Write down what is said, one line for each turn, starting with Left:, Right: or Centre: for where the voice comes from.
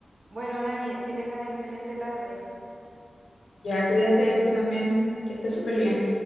Right: Bueno, Nani, que tengas excelente tarde.
Left: Ya cuídate tú también, que estés súper bien.